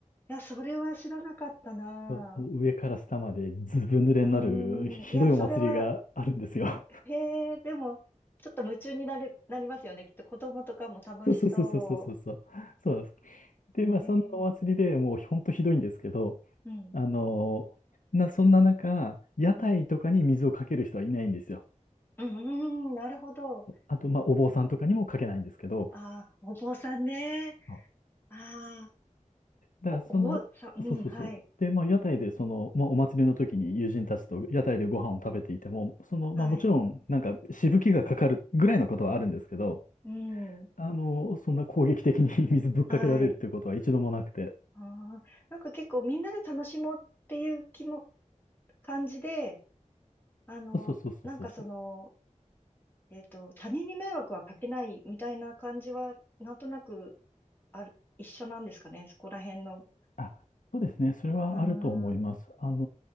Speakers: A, on the left; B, on the left.
A: や、それは知らなかったな。
B: そう、もう上から下までずぶ濡れになる、
A: うーん、
B: ひどいお祭りがあるんですよ。
A: いや、それは、へえ、でも、ちょっと夢中になれ、なりますよね。きっと子供とかも楽しそ
B: そうそうそうそうそうそうそう。そうです。で、まあ、
A: う。
B: そんなお祭りでもう、
A: へえ、
B: ほんとひどいんですけど、
A: うん、
B: あの、な、そんな中、屋台とかに水をかける人はいないんですよ。
A: うん。うん、うんなるほど。
B: あと、まあ、お坊さんとかにもかけないんですけど、
A: ああ、お坊さんね。
B: あ
A: ああ、
B: だからその、
A: お、お坊さん、うん、
B: そうそうそう。
A: はい、
B: で、まあ、屋台で、その、まあ、お祭りの時に友人たちと屋台でご飯を食べていても、その、
A: はい、
B: まあ、もちろん、なんか、しぶきがかかるぐらいのことはあるんですけど、
A: うん、
B: あの、そんな攻撃的に <laughs> 水ぶっかけられるっていうことは一度もなくて。
A: はい。ああ、なんか結構みんなで楽しもうっていう気も、感じで、あの、
B: そうそうそうそうそう。
A: なんかその、えっと、他人に迷惑はかけないみたいな感じは、なんとなく、ある、一緒なんですかね。そこら辺の。
B: あ、そうですね。それはあると思います。
A: うーん、
B: あの、